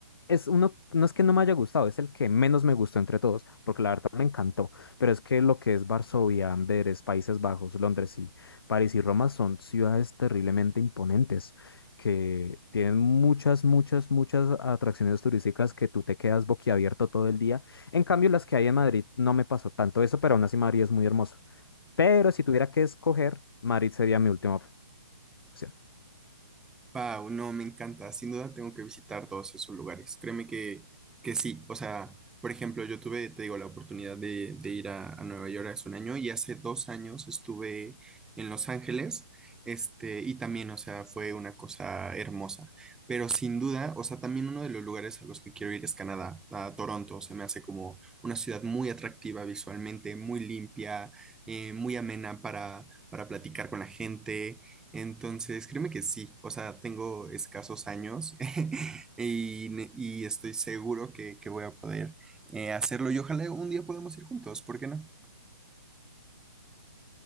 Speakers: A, on the left; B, in the centre.
A: es uno, no es que no me haya gustado, es el que menos me gustó entre todos, porque la verdad me encantó. Pero es que lo que es Varsovia, Amberes, Países Bajos, Londres y París y Roma son ciudades terriblemente imponentes, que tienen muchas, muchas, muchas atracciones turísticas que tú te quedas boquiabierto todo el día. En cambio, las que hay en Madrid no me pasó tanto eso, pero aún así Madrid es muy hermoso. Pero si tuviera que escoger, Madrid sería mi última opción.
B: Wow, no, me encanta. Sin duda tengo que visitar todos esos lugares. Créeme que, que sí. O sea, por ejemplo, yo tuve, te digo, la oportunidad de, de ir a, a Nueva York hace un año y hace dos años estuve en Los Ángeles. Este, y también, o sea, fue una cosa hermosa. Pero sin duda, o sea, también uno de los lugares a los que quiero ir es Canadá, a Toronto. Se me hace como una ciudad muy atractiva visualmente, muy limpia, eh, muy amena para, para platicar con la gente. Entonces, créeme que sí, o sea, tengo escasos años <laughs> y, ne- y estoy seguro que, que voy a poder eh, hacerlo y ojalá un día podamos ir juntos, ¿por qué no?